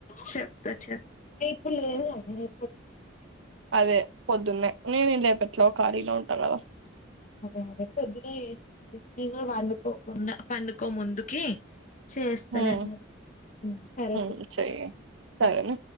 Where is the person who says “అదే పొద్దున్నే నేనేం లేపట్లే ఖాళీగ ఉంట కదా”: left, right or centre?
Right